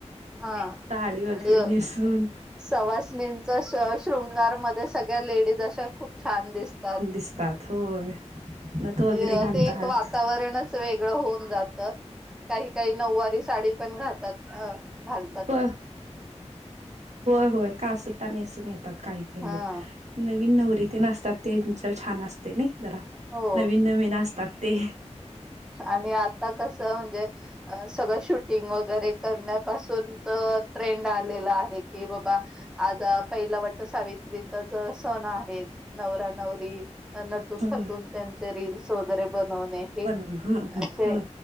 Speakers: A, in the centre; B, on the right.
A: हा
B: साडी वगैरे
A: आणि
B: नेसून
A: सवासणी जस शृंगारमध्येध्ये सगळ्या लेडीज अशा खूप छान दिसतात.
B: दिस्त थ होय. नथ
A: आणि
B: वगैरे घालतात
A: ते एक वातावरणच वेगळ होऊन जात काही काही नऊवारी साडी पण घातात घाल.
B: हो होय होय कास सुट्टा नेसून येतात काही काही
A: हा
B: ज नवीन नवररी ते नसतात त्यांच्या छान असतात. जरा
A: हो.
B: नवीन नवीन असतग ते
A: आणि आता कसं म्हणजे अ सगळं शूटिंग वगैरे करण्यापासूनच ट्रेंड आलेला आहे की बाबा आज पहिला वाटत सावित्रीचा ज सण आहे नवरा नवरी नटून
B: ह
A: थटून त्यांचे रीलस वगैरे बनवणे हे.
B: हा ह
A: असे
B: हा.